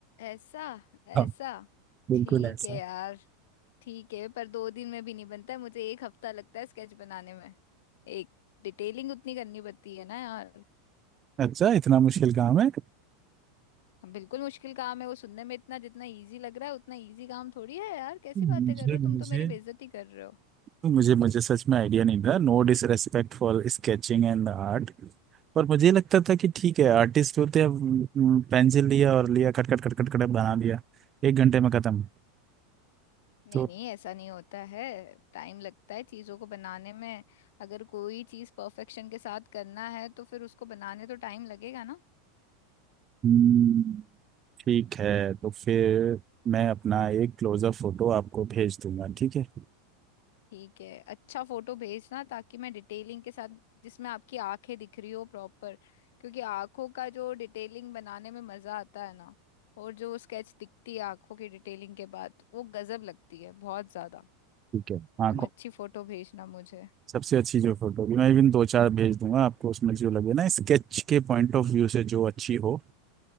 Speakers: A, on the left; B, on the right.
A: ऐसा ऐसा
B: हाँ, बिल्कुल
A: ठीक
B: ऐसा
A: है यार ठीक है पर दो दिन में भी नहीं बनता है मुझे एक हफ्ता लगता है स्केच बनाने में एक डिटेलिंग उतनी करनी पड़ती है ना यार
B: अच्छा इतना मुश्किल काम है
A: हम बिल्कुल मुश्किल काम है वो सुनने में इतना जितना इजी लग रहा है उतना इजी काम थोड़ी है यार कैसी
B: मुझे
A: बातें कर रहे हो
B: मुझे
A: तुम तो मेरी बेइज्जती कर रहे हो
B: मुझे मुझे सच में आइडिया नहीं था no disrespect for sketching and art पर मुझे लगता था कि ठीक है आर्टिस्ट होते हैं पेंसिल लिया और लिया cut cut cut cut cut बना दिया एक घंटे में खत्म
A: नहीं
B: तो
A: नहीं ऐसा नहीं होता है टाइम लगता है चीज़ों को बनाने में अगर कोई चीज़ परफेक्शन के साथ करना है तो फिर उसको बनाने तो टाइम लगेगा ना
B: हम्म, ठीक है तो फिर मैं अपना एक क्लोजअप फोटो आपको भेज दूंगा ठीक है
A: ठीक है अच्छा फोटो भेजना ताकि मैं डिटेलिंग के साथ जिसमें आपकी आंखें दिख रही हो प्रॉपर क्योंकि आंखों का जो डिटेलिंग बनाने में मजा आता है ना और जो स्केच दिखती है आंखों की डिटेलिंग के बाद वो गजब लगती है बहुत ज्यादा
B: ठीक है हाँ
A: तुम अच्छी फोटो भेजना मुझे
B: सबसे अच्छी जो फोटो होगी मैं इवन दो चार भेज दूंगा आपको उसमें जो लगे ना स्केच के पॉइंट ऑफ व्यू से जो अच्छी हो